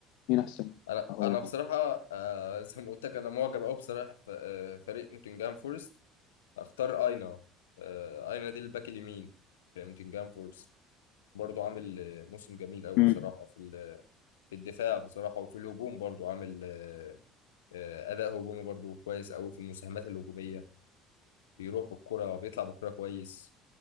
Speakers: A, on the left (about 70°); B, on the left (about 80°).
A: مين احسن
B: انا
A: او
B: انا بصراحه آه، زي ما قلت لك انا معجب قوي بصراحه ف- آه، فريق نوتنجهام فورست اختار اينا آه، اينا دي الباك اليمين في نوتنجهام فورست برضو عامل آه، موسم جميل قوي
A: امم
B: بصراحه في ال- في الدفاع بصراحه وفي الهجوم برضو عامل آه، آه، اداء هجومي برضو كويس قوي في المساهمات الهجوميه بيروح بالكرة بيطلع بالكرة كويس